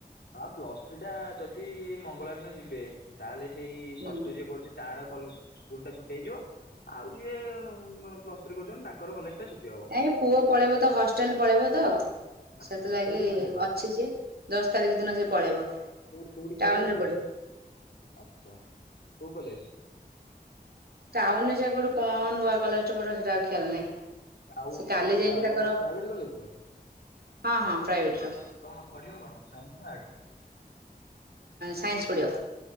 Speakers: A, on the left; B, on the right.
A: ଆ ପ୍ଲସ ଥ୍ରି ଟା ଯଦି <unintelligible> ଯିବେ ତାହେଲେ ସେଇ
B: ହୁଁ
A: ଷଷ୍ଠ ଯିଏ ପଡୁଛି ତାର କଲ ସ୍କୁଲ ଟା ଛୁଟି ହେଇଯିବ, ଆଉ ଯିଏ ପ୍ଲସ୍ ଥ୍ରୀ କରୁଛନ୍ତି ତାଙ୍କର କଲେଜ ଟା ଛୁଟି ହବ।
B: ଏଇ ପୁଅ ପଳେଇବ ତ ହଷ୍ଟେଲ ପଳେଇବ ତ।
A: ଆଚ୍ଛା
B: ସେଥିଲାଗି
A: ଆଚ୍ଛା କୋଉଠି ପଢିବ
B: ଅଛି ଯେ ଦଶ ତାରିଖ ଦିନ ସେ ପଳେଇବ।
A: କୋଉଠି କୋଉଠି ପଢିବ
B: ଟାଉନ ରେ
A: କୋଉଠି, ଆଛା କୋଉ କଲେଜ?
B: ଟାଉନ ରେ ସେ ଗୋଟେ କଣ ନୂଆ କଲେଜଟା ସେଇଟା ଆଉ ଖିଆଲ ନାହିଁ।
A: ଟାଉନ୍
B: ସେ କାଲି ଯାଇକି
A: ଟାଉନ୍
B: ତାଙ୍କର
A: ପ୍ରାଇଭେଟ କଲେଜରେ?
B: ହଁ ହଁ ପ୍ରାଇଭେଟ୍ ର।
A: କଣ ପଢ଼ିବ କଣ ସାଇନ୍ସ ନା ଆର୍ଟ୍ସ?
B: ସାଇନ୍ସ ପଡ଼ିବ।